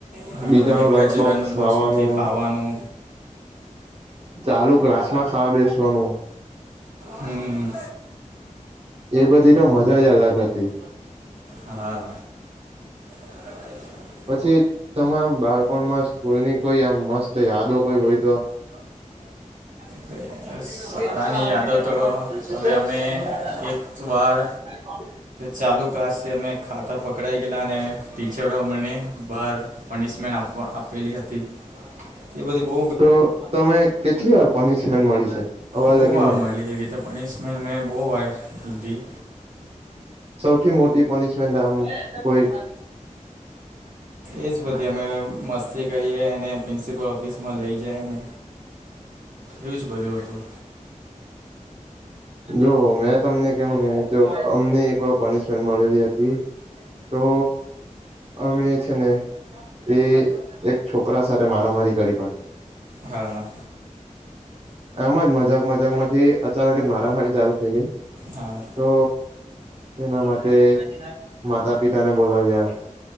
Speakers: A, on the right (about 80°); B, on the right (about 50°).
A: હમ,
B: બીજાનું
A: એક
B: લંચ
A: જ
B: બોક્સ ખાવાનું
A: બોક્સમાંથી ખાવાનું
B: ચાલુ ક્લાસમાં ખાવા બેસવાનું
A: હમ,
B: એ બધી તો મજા જ અલગ હતી.
A: હા. <inaudible>
B: પછી તમારા બાળપણમાં જ સ્કૂલની કોઈ આમ મસ્ત યાદો કોઈ હોય તો <inaudible>
A: હવે શાળાની
B: <inaudible>
A: યાદો તો હવે અમે
B: <inaudible>
A: એક વાર ચાલુ ક્લાસે અમે ખાતા પકડાઈ ગેલા અને ટીચરો અમને બાર પનિશમેન્ટ આપવા આપેલી હતી. એ બધી બો
B: તો તમે કેટલી વાર પનિશમેન્ટ મળી છે અવાર
A: બહુ
B: લગીનમાં
A: વાર મળી એવી તો પનિશમેન્ટ મે બો વાર લીધી.
B: સૌથી મોટી પનિશમેન્ટ આમ કોઈ
A: એજ બધી અમે મસ્તી કરીએ અને પ્રિન્સિપલ ઓફિસમાં લઈ જાય ને. એવું જ બધું હતું.
B: જો મેં તમને કેવું ને જો અમને એકવાર પનિશમેન્ટ મળેલી હતી તો અમે છે ને તે એક છોકરા સાથે મારામારી કરી પાડી.
A: હા.
B: એમજ મજાક મજાકમાંથી અચાનક જ મારામારી ચાલુ થઇ ગઈ.
A: હા.
B: તો એના માટે માતા પિતાને બોલાવ્યા.